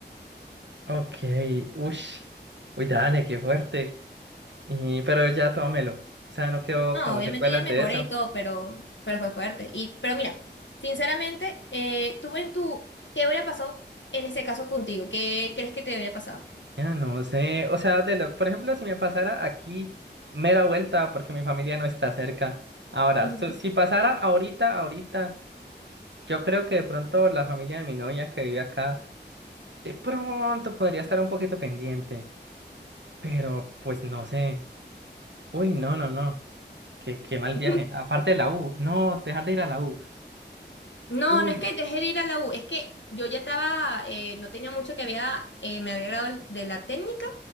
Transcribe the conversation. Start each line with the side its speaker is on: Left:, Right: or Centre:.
Right: Ok, ush. Uy, dale, qué fuerte. Y, pero ya tómelo. O sea, no quedó
Left: No,
Right: como
Left: obviamente
Right: secuelas
Left: ya mejoré
Right: de eso.
Left: y todo, pero, pero fue fuerte. Y, pero mira, sinceramente, eh, tú en tu, ¿qué hubiera pasado en ese caso contigo? ¿Qué crees que te hubiera pasado?
Right: Ya no sé. O sea, de lo- por ejemplo, si me pasara aquí, mera vuelta, porque mi familia no está cerca. Ahora,
Left: Ujú.
Right: so- si pasara ahorita, ahorita, yo creo que de pronto la familia de mi novia que vive acá. De pronto podría estar un poquito pendiente, pero pues no sé. Uy, no, no, no. Qué, qué mal
Left: <laughs>
Right: viaje. Aparte de la U. No, dejar de ir a la U.
Left: No,
Right: Uy.
Left: no es que dejé de ir a la U, es que yo ya estaba, eh, no tenía mucho que había, eh, me había graduado de la técnica